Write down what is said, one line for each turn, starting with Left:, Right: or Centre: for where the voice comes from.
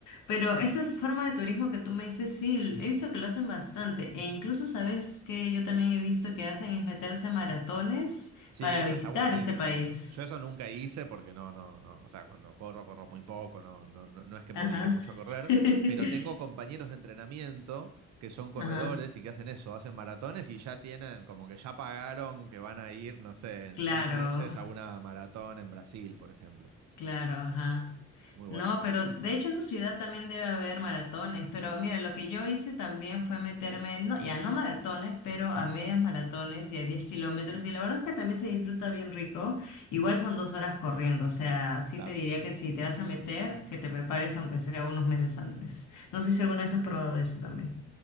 Left: Pero esa es forma de turismo que tú me dices, sí, he visto que lo hacen bastante. E incluso sabes que yo también he visto que hacen es meterse a maratones
Right: Sí,
Left: para
Right: eso
Left: visitar
Right: está buenísimo.
Left: ese país.
Right: Yo eso nunca hice porque no, no, no, o sea, cuando corro, corro muy poco, no, no, no, no es que me
Left: Ajá.
Right: dedique mucho a correr,
Left: <laughs>
Right: pero tengo compañeros de entrenamiento que son corredores
Left: Ajá.
Right: y que hacen eso, hacen maratones y ya tienen, como que ya pagaron que van a ir, no sé, en
Left: Claro,
Right: seis meses a una maratón en Brasil, por ejemplo.
Left: claro, ajá.
Right: Muy
Left: No,
Right: buenos,
Left: pero de hecho en tu ciudad también debe haber maratones, pero mira, lo que yo hice también fue meterme, no, ya no maratones, pero a medias maratones y a 10 kilómetros, y la verdad es que también se disfruta bien rico, igual son dos horas corriendo, o sea, sí
Right: claro.
Left: te diría que si te vas a meter, que te prepares aunque sea unos meses antes. No sé si alguna vez has probado eso también.